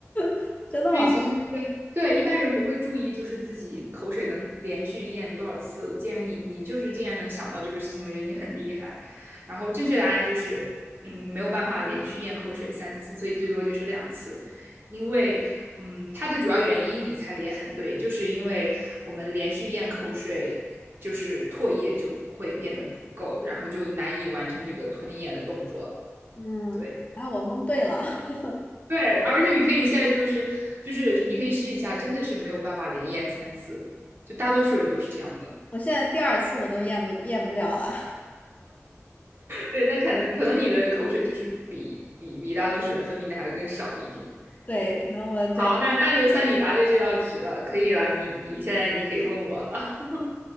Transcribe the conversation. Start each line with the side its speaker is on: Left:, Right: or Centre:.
Left: <laughs> 真的吗？
Right: 因为其实对一般人不会注意，就是自己口水能连续咽多少次。我既然你你就是竟然能想到这个事情，我觉得你很厉害。然后正确答案就是，嗯，没有办法连续咽口水三次，所以最多就是两次。因为，嗯，它的主要原因你猜的也很对，就是因为我们连续咽口水，就是唾液就会变得不够，然后就难以完成这个吞咽的动作了。
Left: 嗯，
Right: 对。
Left: 哎，我蒙对了，<laughs>
Right: 对，而且你可以现在就是就是你可以试一下，真的是没有办法连咽三次，就大多数人都是这样的。
Left: 我现在第二次我都咽不咽不了了。
Right: 对，那可能可能你的口水就是比比比大多数人分泌的还更少一点。
Left: <laughs> 对，
Right: 对，
Left: 可能我对。
Right: 好，那那就算你答对这道题了，可以了，你你现在你可以问我了。<laughs>